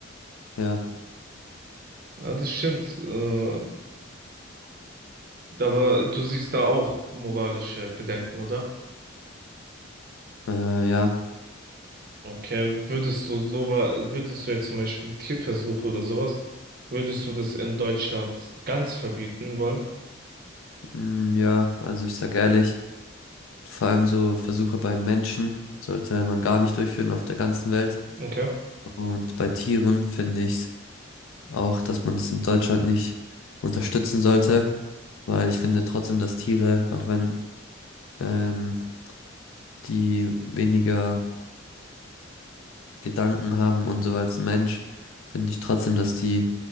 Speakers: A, on the left; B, on the right.
A: ja,
B: Ja, das stimmt. Äh, aber du siehst da auch moralische Bedenken, oder?
A: äh, ja,
B: Okay, würdest du so wa- würdest du jetzt zum Beispiel Tierversuche oder sowas, würdest du das in Deutschland ganz verbieten wollen?
A: mm, ja, also ich sag ehrlich, vor allem so Versuche bei Menschen sollte man gar nicht durchführen auf der ganzen Welt.
B: Okay.
A: Und bei Tieren finde ich auch, dass man das in Deutschland nicht unterstützen sollte, weil ich finde trotzdem, dass Tiere, auch wenn ähm, die weniger Gedanken haben und so als Mensch, finde ich trotzdem, dass die